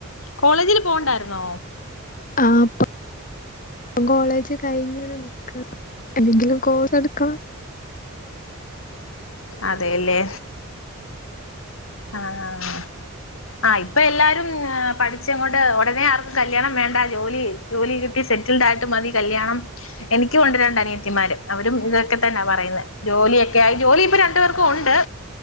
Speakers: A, on the left; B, on the left.
A: കോളേജിൽ പോകണ്ടാരുന്നോ
B: ആ പൊ കോളേജ് കഴിഞ്ഞ് നിക്ക എന്തെങ്കിലും കോഴ്സെടുക്കണം
A: അതെയല്ലേ ആഹ് ആഹ് ഇപ്പൊ എല്ലാരും ആ പഠിച്ചെകൊണ്ട് ഉടനെ ആർക്കും കല്യാണം വേണ്ട ജോലി ജോലി കിട്ടി സെറ്റിൽഡ് ആയിട്ട് മതി കല്യാണം എനിക്കും ഉണ്ട് രണ്ട് അനിയത്തിമാര് അവരും ഇതൊക്കെ തന്നാ പറയുന്നെ ജോലിയൊക്കെ ആയി ജോലി ഇപ്പ രണ്ടു പേർക്കും ഉണ്ട്